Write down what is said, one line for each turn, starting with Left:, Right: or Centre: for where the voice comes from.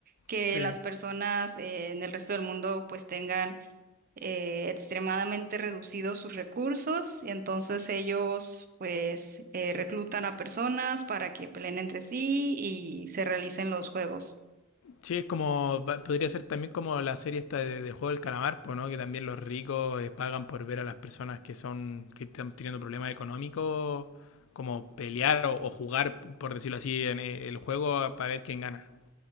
Right: que
Left: Sí.
Right: las personas eh, en el resto del mundo pues tengan eh, extremadamente reducidos sus recursos y entonces ellos pues eh, reclutan a personas para que peleen entre sí y se realicen los juegos.
Left: Sí, es como, va- podría ser también como la serie esta de- del juego del calamar, pues, ¿no? Que también los ricos eh, pagan por ver a las personas que son, que están teniendo problemas económicos, como pelear o, o jugar, por decirlo así, en eh, el juego a- para ver quién gana.